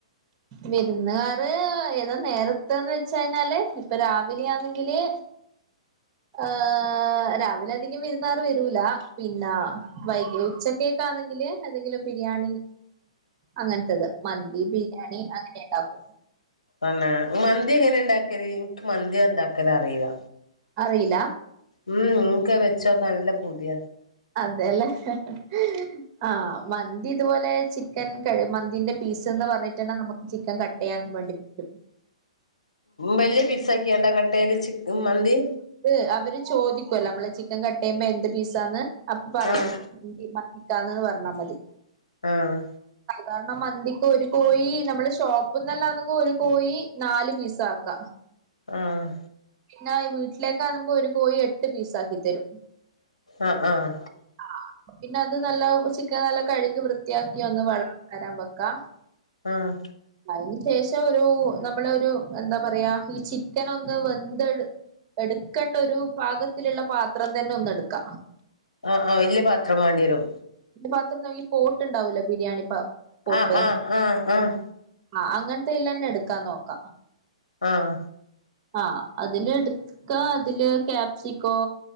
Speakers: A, on the right; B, on the left.
A: വിരുന്നുകാാര് ഏതാ നേരത്തെന്ന് വെച്ച് കഴിഞ്ഞാല് ഇപ്പൊ രാവിലാന്നെങ്കില് ഏഹ് രാവിലെ അധികം വിര്ന്നാര് വരൂല. പിന്നെ വൈകി ഉച്ച യ്ക്കെക്കാന്നെങ്കില് എന്തെങ്കിലും ബിരിയാണി അങ്ങനത്തത് മന്തി, ബിരിയാണി അങ്ങനെ ഉണ്ടാക്കും.
B: ആണാ, മന്തി എങ്ങനെ ഇണ്ടാക്കല്? എനിക്ക് മന്തി ഇണ്ടാക്കാൻ അറിയല്ല.
A: അറിയില്ല
B: ഉം നിന്ക്ക് വെച്ചോ നല്ല പൂതിയ.
A: അതേല്ലേ <unintelligible> ആഹ് മന്തി ഇതുപോലെ ചിക്കൻ കഴ മന്തിന്റെ പീസ് എന്ന് പറഞ്ഞിട്ടാണ് നമുക്ക് ചിക്കൻ ക യാ മട്ത്ത്.
B: വലിയ പീസ്സാക്കി വേണ്ട കട്ടയ്യ്ല് ചിക്കൻ മന്തി?
A: ഇത്‌ അവര് ചോദിക്കുവല്ലോ നമ്മള് ചിക്കൻ കട്ട് ചെയ്യുമ്പോ എന്ത് പീസാന്ന് അപ്പൊ പറയണം.
B: ആഹ്
A: <unintelligible> ന്ന് പറഞ്ഞാ മതി
B: ആഹ്
A: കാരണം മന്തിക്ക് ഒരു കോയി നമ്മള് ഷോപ്പ്ന്നല്ലാണെങ്കും ഒരു കോയി നാല് പീസാക്കാം.
B: ആഹ്
A: പിന്നെ വീട്ടിലേക്കാകുമ്പോ ഒരു കോഴി എട്ട് പീസാക്കിത്തരും.
B: ആഹ് ആഹ്
A: ആഹ് പിന്നെ അത് നല്ല ചിക്കൻ നല്ല കഴുകി വൃത്തിയാക്കി ഒന്ന് വെള്ളം തോരാൻ വെക്കാം.
B: ആഹ്
A: അതിനുശേഷം ഒരു നമ്മളൊരു എന്താ പറയാ ഈ ചിക്കനൊന്ന് എന്തെട് എടുക്കേണ്ട ഒരു പാകത്തിലുള്ള പാത്രം തന്നെ ഒന്ന് എടുക്ക.
B: ആഹ് ആഹ് വലിയ പാത്രം വേണ്ടി വരും.
A: ഇന്റെ പാത്രം ന്നറിഞ്ഞ പോട്ടുണ്ടാവൂലെ ബിരിയാണി പ പോട്ട്.
B: ആഹ് ആഹ് ആഹ്
A: ആഹ് അങ്ങനത്തെല്ലന്നെ എടുക്കാൻ നോക്ക.
B: ആഹ്
A: ആഹ് അതിലെടുക്ക അതില് ക്യാപ്സിക്കോ